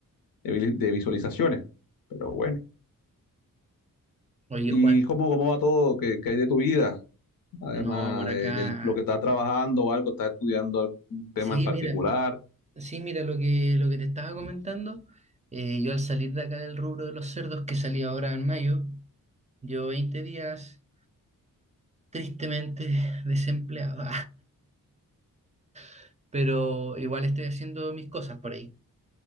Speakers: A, on the left; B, on the right.
A: de, vi- de visualizaciones. Pero bueno.
B: Oye,
A: ¿Y
B: Juan,
A: cómo, cómo va todo? ¿Qué, qué hay de tu vida? Además
B: no, por
A: de,
B: acá
A: de lo que estás trabajando o algo, estás estudiando algún tema
B: Sí,
A: en particular.
B: mira, sí, mira lo que, lo que te estaba comentando. eh, yo al salir de acá del rubro de los cerdos que salí ahora en mayo, yo 20 días tristemente <laughs> desempleado, <laughs> pero igual estoy haciendo mis cosas por ahí.